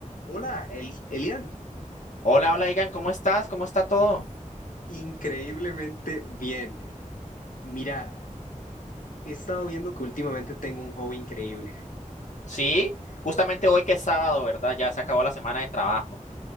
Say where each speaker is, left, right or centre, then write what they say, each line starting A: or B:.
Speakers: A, on the left; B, on the left.
A: Hola, El- Elian.
B: Hola, hola, Igan, ¿cómo estás? ¿Cómo está todo?
A: Increíblemente bien. Mira, he estado viendo que últimamente tengo un hobby increíble.
B: Sí, justamente hoy que es sábado, ¿verdad? Ya se acabó la semana de trabajo.